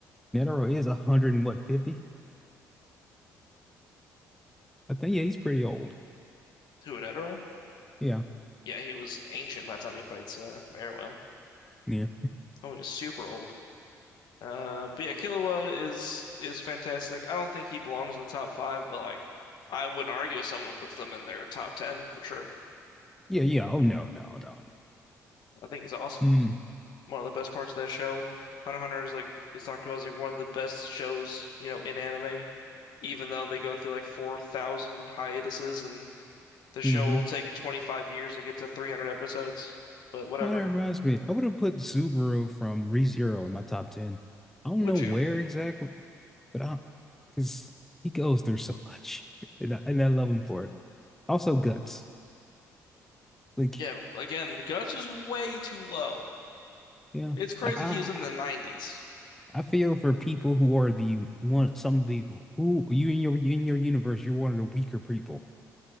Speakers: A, in the centre; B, on the left.
A: Netero is a hundred and what fifty? I think yeah, he's pretty old.
B: Huanetaro?
A: Yeah,
B: Yeah, he was ancient by the time he fights uh Meruem.
A: yeah,
B: Oh, he was super old. Uh, but yeah, Killua is is fantastic. I don't think he belongs in the top five, but like I wouldn't argue with someone who puts them in their top ten for sure.
A: yeah, yeah. Oh no, no, no.
B: I think he's awesome.
A: Mm.
B: One of the best parts of that show. Hunter x Hunter is like is talked about as like one of the best shows, you know, in anime, even though they go through like four thousand hiatuses and the show
A: Mm-hmm.
B: will take twenty five years to get to three hundred episodes. But whatever.
A: Oh, that reminds me. I would have put Subaru from ReZero in my top ten. I don't
B: Would
A: know
B: you?
A: where exactly, but I, because he goes through so much, <laughs> and I, and I love him for it. Also, guts. Like,
B: Yeah, again, the guts is way too low.
A: yeah,
B: It's crazy
A: I, I,
B: he was in
A: I
B: the 90s.
A: I feel for people who are the one. Some of the who you in your in your universe, you're one of the weaker people.